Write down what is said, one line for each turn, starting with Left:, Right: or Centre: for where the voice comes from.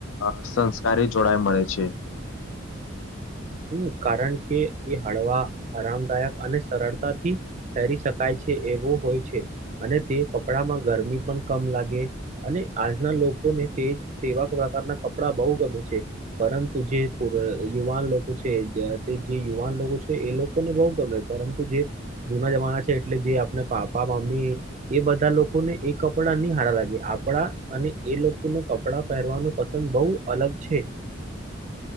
Left: અ સંસ્કારી જોડાય મળે છે
Right: હમ કારણ કે એ હળવા આરામદાયક અને સરળતાથી પહેરી શકાય છે એવો હોય છે અને તે કપડામાં ગરમી પણ કમ લાગે અને આજના લોકો ને તે તેવા પ્રકારના કપડા બહુ ગમે છે પરંતુ જે યુવાન લોકો છે જે યુવાન લોકો છે એ લોકોને બહુ ગમે પરંતુ જે જૂના જમાના છે એટલે આપ પાપા મમ્મી એ બધા લોકોને એ કપડા નહી હારા લાગે આપડા અને એ લોકો ને કપડા પહેરવાનું પસંદ બહુ અલગ છે